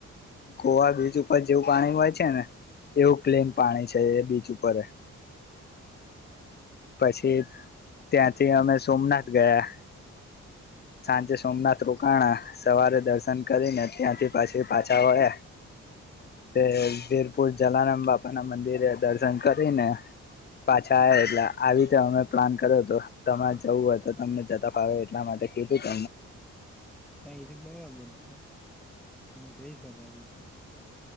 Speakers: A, on the left; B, in the centre.
A: ગોવા બીચ ઉપર જેવું પાણી હોય છે ને એવું ક્લીન પાણી છે એ બીચ ઉપરે પછી ત્યાંથી અમે સોમનાથ ગયા. સાંજે સોમનાથ રો કાણા સવારે દર્શન કરીને, ત્યાંથી પાછી પાછા વળ્યા તે વીરપુર જલારામ બાપા ના મંદિરે દર્શન કરીને પાછા આવે એટલે આવી રીતે અમે પ્લાન કર્યો હતો તમારે જવું હોય તો તમને જતા ફાવે એટલા માટે એતો ત
B: હા એ તો બરાબર છે હ જઈ શકે એવું છે.